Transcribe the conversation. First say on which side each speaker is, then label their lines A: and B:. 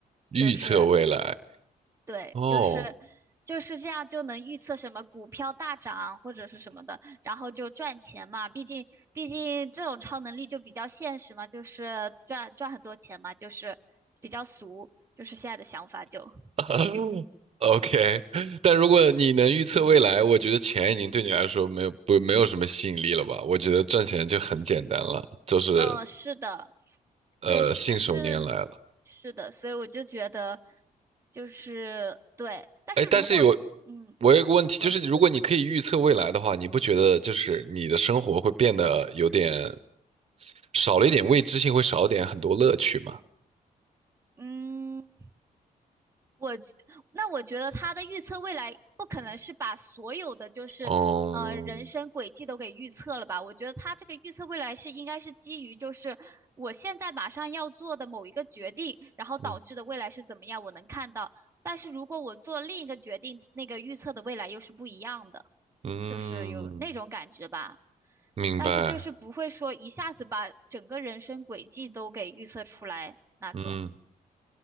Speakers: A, on the right; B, on the right.
A: 预测未来
B: 就是对，
A: 哦
B: 就是就是这样，就能预测什么股票大涨或者是什么的，然后就赚钱嘛。毕竟毕竟这种超能力就比较现实嘛，就是赚赚很多钱嘛，就是比较俗，就是现在的想法就，
A: <laughs>，OK。
B: 嗯
A: 但如果你能预测未来，我觉得钱已经对你来说没有不没有什么吸引力了吧？我觉得赚钱就很简单了，就是
B: 嗯，呃是的，
A: 呃信手拈来了。
B: 对，是就是是的，所以我就觉得就是对，但是如果是嗯
A: 哎，但是有我有个问题，
B: 说
A: 就是如果你可以预测未来的话，你不觉得就是你的生活会变得有点少了一点未知性，会少一点很多乐趣吗？
B: 嗯。我那我觉得他的预测未来不可能是把所有的就是呃人生轨迹都给预测了吧？
A: 哦。
B: 我觉得他这个预测未来是应该是基于就是我现在马上要做的某一个决定，然后导致的未来是怎么样，
A: 嗯
B: 我能看到。但是如果我做另一个决定，那个预测的未来又是不一样的，
A: 嗯，
B: 就是有那种感觉吧。
A: 明白。
B: 但是就是不会说一下子把整个人生轨迹都给预测出来那种。
A: 嗯。